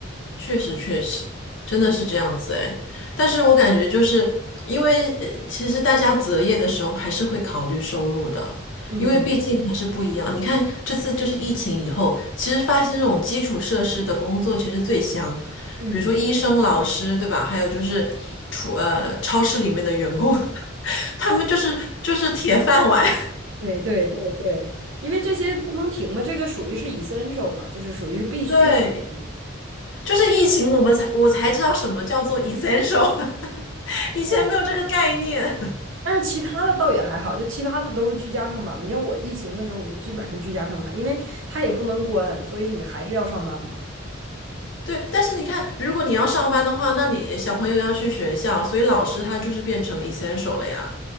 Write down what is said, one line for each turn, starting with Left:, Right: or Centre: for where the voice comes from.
Left: 确实，确实，真的是这样子哎。
Right: 嗯
Left: 但是我感觉就是因为，呃其实大家择业的时候还是会考虑收入的，
Right: 嗯
Left: 因为毕竟还是不一样。你看这次就是疫情以后，其实发现这种基础设施的工作其实最香，
Right: 嗯，
Left: 比如说医生、老师，对吧？还有就是厨呃超市里面的员工，<laughs> 他们就是就是铁饭碗。
Right: 对对对对，因为这些不能停嘛，这个属于是 essential 嘛，就是属于是必须。
Left: <laughs> 对，
Right: 嗯，
Left: 就是疫情我们才我才知道什么叫做 essential，<laughs> 以前没有这个概念。
Right: 对。但是其他的倒也还好，就其他的都是居家上班嘛。你像我疫情的时候，我就基本上居家上班，因为他也不能关，所以你还是要上班嘛。
Left: 对，但是你看，如果你要上班的话，那你小朋友要去学校，所以老师他就是变成 essential 了呀，